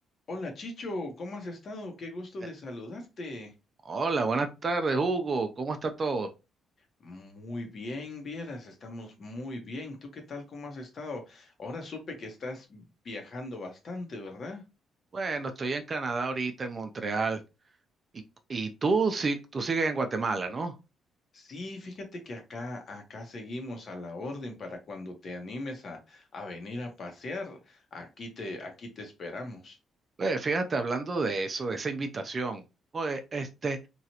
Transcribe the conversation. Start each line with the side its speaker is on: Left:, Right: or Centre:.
Left: Hola Chicho, ¿cómo has estado? Qué gusto
Right: Eh,
Left: de saludarte.
Right: Hola, buenas tardes, Hugo. ¿Cómo está todo?
Left: Muy bien, vieras, estamos muy bien. ¿Tú qué tal? ¿Cómo has estado? Ahora supe que estás viajando bastante, ¿verdad?
Right: Bueno, estoy en Canadá ahorita, en Montreal. Y, y tú, sí, tú sigues en Guatemala, ¿no?
Left: Sí, fíjate que acá, acá seguimos a la orden para cuando te animes a, a venir a pasear. Aquí te, aquí te esperamos.
Right: Oye, fíjate, hablando de eso, de esa invitación. Oye, este,